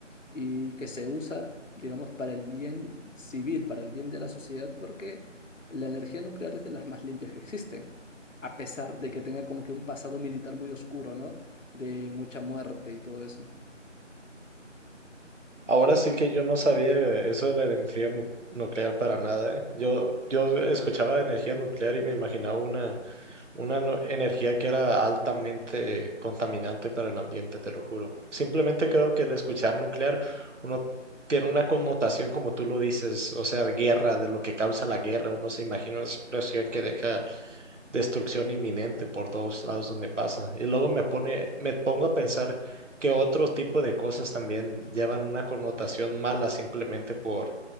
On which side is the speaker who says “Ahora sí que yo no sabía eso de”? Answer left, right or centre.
Right